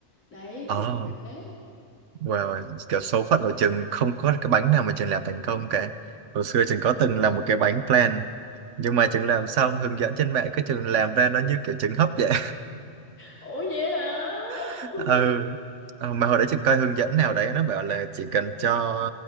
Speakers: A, on the left (about 75°); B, on the right (about 70°).
A: đấy
B: À.
A: kiểu thế
B: Wow, kiểu số phận của Trường không có cái bánh nào mà Trường làm thành công cả. Hồi xưa Trường có từng làm một cái bánh plan, nhưng mà Trường làm xong hướng dẫn trên mạng cái Trường làm ra nó như kiểu trứng hấp vậy.
A: ủa vậy hả
B: <laughs>
A: <laughs>
B: ừ. Ờ, Mà hồi đấy Trường coi hướng dẫn nào đấy nó bảo là chỉ cần cho